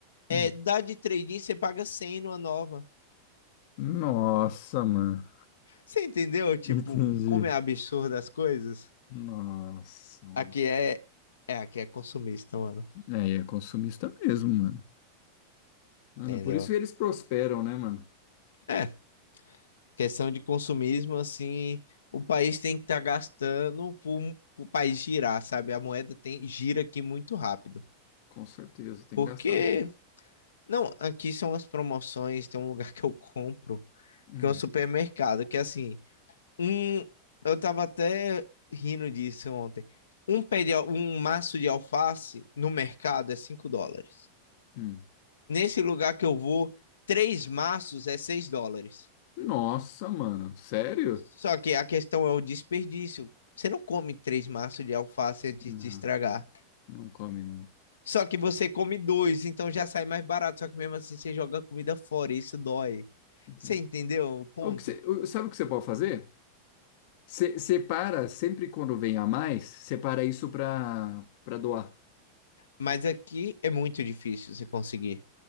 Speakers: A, on the left; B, on the left.
A: É,
B: Hum.
A: dá de trading, você paga 100 numa nova.
B: Nossa, mano.
A: Você entendeu, tipo,
B: <laughs> Entendi.
A: como é absurdo as coisas?
B: Nossa. mano.
A: Aqui é, é, aqui é consumista, mano.
B: É, é consumista mesmo, mano. Mano,
A: Entendeu?
B: por isso eles prosperam, né, mano?
A: É, Questão de consumismo, assim, o país tem que estar gastando para o país girar, sabe? A moeda tem, gira aqui muito rápido.
B: Com certeza, tem
A: Porque,
B: que gastar muito.
A: não, aqui são as promoções, tem um lugar <laughs> que eu compro,
B: Hum,
A: que é um supermercado, que assim, um, eu tava até rindo disso ontem. Um pé de, al- um maço de alface no mercado é 5 dólares.
B: hum.
A: Nesse lugar que eu vou, três maços é 6 dólares.
B: Nossa, mano, sério?
A: Só que a questão é o desperdício. Você não come três maços de alface antes
B: Não,
A: de estragar.
B: não come, não.
A: Só que você come dois, então já sai mais barato. Só que mesmo assim você joga a comida fora, e isso dói.
B: Entendi.
A: Você entendeu o ponto?
B: O que você, o- sabe o que você pode fazer? Você separa, sempre quando vem a mais, separa isso pra, pra doar.
A: Mas aqui é muito difícil você conseguir.